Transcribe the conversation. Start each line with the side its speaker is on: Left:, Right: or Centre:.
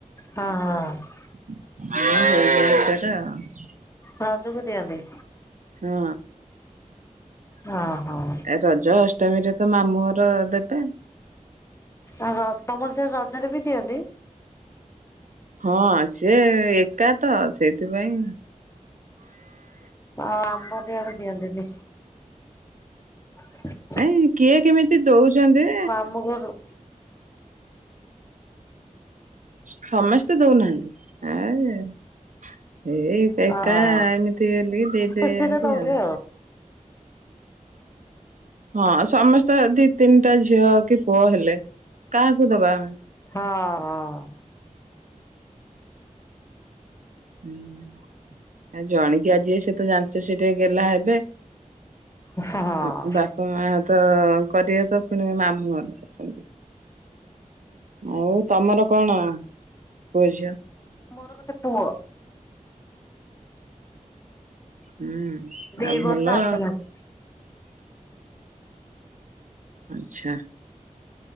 Left: ହଁ ହଁ।
Right: <unintelligible>
Left: ରଜକୁ ଦିଅନ୍ତି?
Right: ହଁ।
Left: ହଁ ହଁ
Right: ଏ ରଜ ଅଷ୍ଟମୀ ରେ ତ ମାମୁଁଘର ଦେବେ।
Left: ଓହୋ ତମର ସେ ରଜରେ ବି ଦିଅନ୍ତି?
Right: ହଁ ସେ ଏକା ତ ସେଇଥିପାଇଁ
Left: ଅ ଆମର ଇଆଡେ ଦିଅନ୍ତିନି। <unintelligible>
Right: ନାଇଁ କିଏ କେମିତି ଦଉଛନ୍ତି
Left: ଆମ ଘରୁ
Right: ସମସ୍ତେ ଦଉନାହାନ୍ତି ଆ ଏଇ ଏକା
Left: ହଁ
Right: ଏକା ଏମିତି ବୋଲି ଦେଇଦିଅନ୍ତି
Left: ଖୁସିରେ ଦଉଥିବେ
Right: ଆଉ ହଁ ସମସ୍ତଙ୍କର ଦି ତିନିଟା ଝିଅ କି ପୁଅ ହେଲେ କାହାକୁ ଦବା ଆମେ।
Left: ହଁ ହଁ।
Right: ହୁଁ ଆଉ ଜଣିକିଆ ଜିଏ ସେ ତ ଜାଣିଛ ସେ ଟିକେ ଗେଲା ହେବେ
Left: ହଁ ହଁ।
Right: ମ ବାପା ମା ତ କରିବେ ତ ପୁଣି ମାମୁଁ ଘର ଅଛନ୍ତି। ଆଉ ତମର କଣ ପୁଅ ଝିଅ?
Left: ମୋର ଗୋଟେ ପୁଅ।
Right: ହୁଁ
Left: ଦି
Right: ଆଉ
Left: ବର୍ଷ
Right: ଭଲ।
Left: ଆଠ ମାସ।
Right: ଆଚ୍ଛା।